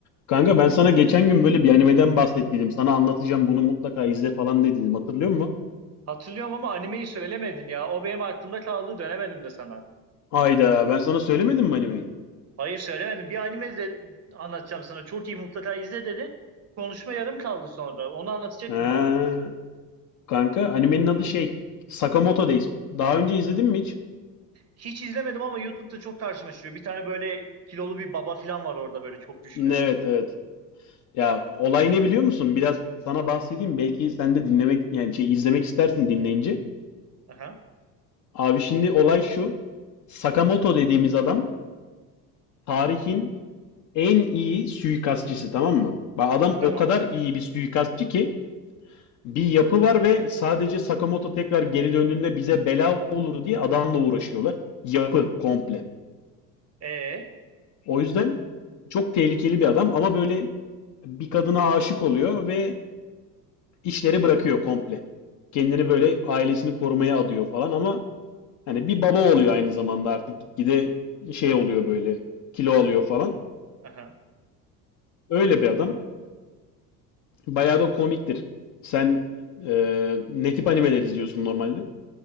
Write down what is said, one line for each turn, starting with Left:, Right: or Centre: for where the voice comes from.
Left: Kanka ben sana geçen gün böyle bir animeden bahsettiydim. Sana anlatacağım bunu mutlaka izle falan dediydim. Hatırlıyor musun?
Right: Hatırlıyorum ama animeyi söylemedin ya. O benim aklımda kaldı dönemedim de sana.
Left: Hayda ben sana söylemedim mi animeyi?
Right: Hayır söylemedim. Bir anime izle, anlatacağım sana. Çok iyi mutlaka izle dedin. Konuşma yarım kaldı sonra. Onu anlatacaktın
Left: Ha,
Right: bana.
Left: kanka animenin adı şey Sakamoto Days. Daha önce izledin mi hiç?
Right: Hiç izlemedim ama YouTube'da çok karşıma çıkıyor. Bir tane böyle kilolu bir baba falan var orada böyle çok güçlü.
Left: Evet evet. Ya olay ne biliyor musun? Biraz sana bahsedeyim. Belki sen de dinlemek yani şey izlemek istersin dinleyince.
Right: Aha,
Left: Abi şimdi olay şu. Sakamoto dediğimiz adam tarihin en iyi suikastçısı tamam mı? Bak adam
Right: tamam.
Left: o kadar iyi bir suikastçı ki bir yapı var ve sadece Sakamoto tekrar geri döndüğünde bize bela olur diye adamla uğraşıyorlar. Yapı komple.
Right: Ee.
Left: O yüzden çok tehlikeli bir adam ama böyle bir kadına aşık oluyor ve işleri bırakıyor komple. Kendini böyle ailesini korumaya adıyor falan ama hani bir baba oluyor aynı zamanda artık gitgide şey oluyor böyle kilo alıyor falan.
Right: aha.
Left: Öyle bir adam. Bayağı da komiktir. Sen eee ne tip animeler izliyorsun normalde?